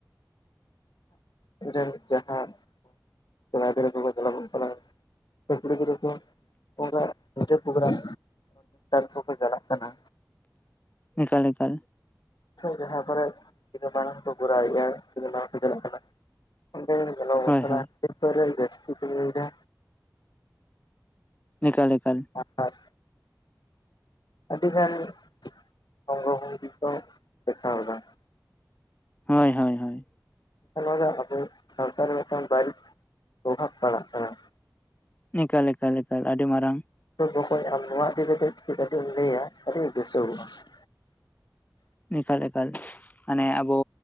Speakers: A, on the left; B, on the left.
A: ᱤᱧ ᱨᱮᱱ ᱡᱟᱦᱟᱸ ᱠᱚᱲᱟ ᱜᱤᱫᱽᱨᱟᱹ ᱠᱚᱠᱚ <unintelligible> ᱠᱟᱱᱟ ᱾ ᱩᱱᱠᱩ ᱛᱟᱠᱚ ᱫᱚᱠᱚ ᱚᱱᱠᱟ ᱤᱥᱴᱮᱪ ᱯᱨᱳᱠᱜᱨᱟᱢ ᱠᱚᱠᱚ ᱪᱟᱞᱟᱜ ᱠᱟᱱᱟ
B: ᱮᱠᱟᱞ ᱮᱠᱟᱞ
A: ᱡᱟᱦᱟᱸ ᱠᱚᱨᱮᱫ <unintelligible> ᱠᱚᱨᱟᱣᱮᱜᱼᱟᱭ ᱠᱚ ᱪᱟᱞᱟᱜ ᱠᱟᱱᱟ ᱚᱸᱰᱮ ᱵᱚᱱ <unintelligible>
B: ᱦᱳᱭ
A: ᱠᱟᱱᱟ
B: ᱦᱳᱭ
A: ᱮᱨᱯᱚᱨᱮ ᱡᱟᱹᱥᱛᱤ ᱠᱚ ᱞᱟᱹᱭ ᱫᱟ।
B: ᱮᱠᱟᱞ ᱮᱠᱟᱞ
A: ᱟᱴᱷᱟᱥ ᱟᱹᱰᱤ ᱜᱟᱱ <unintelligible> ᱠᱚ ᱫᱮᱠᱷᱟᱣ ᱫᱟ ᱾
B: ᱦᱳᱭ ᱦᱳᱭ ᱦᱳᱭ
A: ᱱᱚᱣᱟ ᱫᱚ ᱟᱵᱚ ᱥᱟᱣᱛᱟ ᱨᱮ ᱢᱤᱫᱴᱟᱝ ᱵᱟᱹᱲᱤᱡ ᱯᱨᱚᱵᱷᱟᱵᱽ ᱯᱟᱲᱟᱜ ᱠᱟᱱᱟ ᱾
B: ᱱᱤᱠᱟ ᱮᱠᱟᱞ ᱮᱠᱟᱞ ᱟᱹᱰᱤ ᱢᱟᱨᱟᱝ
A: ᱡᱚᱠᱷᱚᱡ ᱟᱢ ᱱᱚᱣᱟ ᱠᱚ ᱞᱮᱭᱟ ᱟᱹᱰᱤ ᱵᱮᱥᱚ <unintelligible>
B: ᱮᱠᱟᱞ ᱮᱠᱟᱞ ᱟᱱᱮ ᱟᱵᱚ